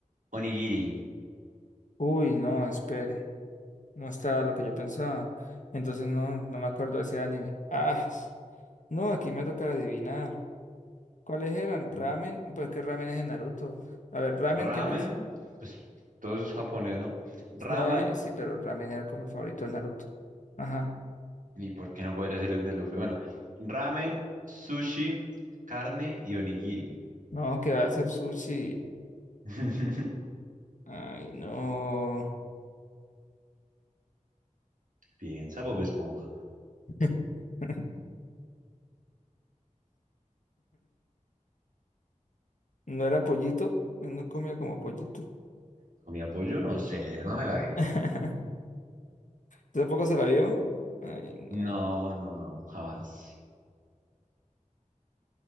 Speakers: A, on the right; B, on the left.
A: onigiri.
B: Uy, no, espere. No está lo que yo pensaba. Entonces no, no me acuerdo de ese anime. Ah, s- no, aquí me toca adivinar. ¿Cuáles eran?
A: Mm.
B: Ramen, pues que ramen es en Naruto. A ver, ramen,
A: Ramen,
B: ¿qué más?
A: pues todo eso es japonés, ¿no? Ramen,
B: No, eh, sí, pero ramen era como el favorito de Naruto. Ajá.
A: ¿Y por qué no podría ser el de Luffy? Bueno, ramen, sushi, carne y onigiri.
B: No, que va a ser sushi.
A: <laughs>
B: Ay, no.
A: Piensa, Bob Esponja.
B: <laughs> No era pollito. Él no comía como pollito.
A: Con mi apoyo, no sé, no me la vi.
B: <laughs> ¿Tampoco se la vio? Ay, no.
A: No, no, no, jamás.